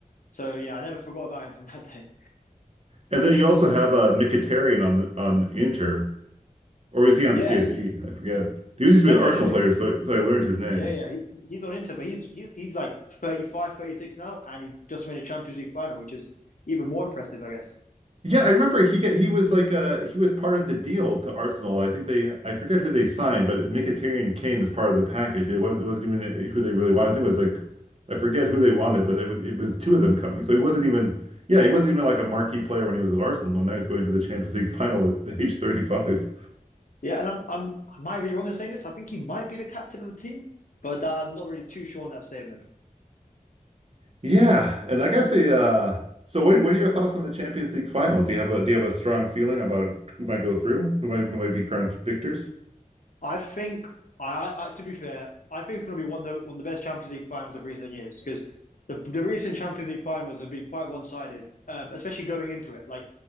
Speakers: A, on the left; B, on the right.
A: So yeah, I never forgot about him from <laughs> that day.
B: And then you also have uh, Mkhitaryan on the- on Inter, or is he on
A: Yeah,
B: PSG?
A: he
B: I forget. He used to
A: no
B: be an
A: no
B: Arsenal
A: no no
B: player, so, so I learned his name.
A: yeah yeah he, he's on Inter, but he's he's he's like 35 36 now, and he just made a Champions League final, which is even more impressive, I guess.
B: Yeah, I remember he got he was like uh he was part of the deal to Arsenal. I think they I forget who they signed, but Mkhitaryan came as part of the package. It wasn't, it wasn't even uh, who they really wanted. I think it was like I forget who they wanted, but it was, it was two of them coming. So he wasn't even yeah, he wasn't even like a marquee player when he was at Arsenal, and now he's going to the Champions League <laughs> final at age 35.
A: Yeah, and I'm I'm I might be wrong in saying this. I think he might be the captain of the team, but that, I'm not really too sure on that statement.
B: Yeah, and I gotta say, uh, so what what are your thoughts on the Champions League final? Do you have a do you have a strong feeling about who might go through, who might who might be crowned victors?
A: I think I, I to be fair, I think it's going to be one of the, one of the best Champions League finals of recent years because the the recent Champions League finals have been quite one-sided, um, especially going into it. Like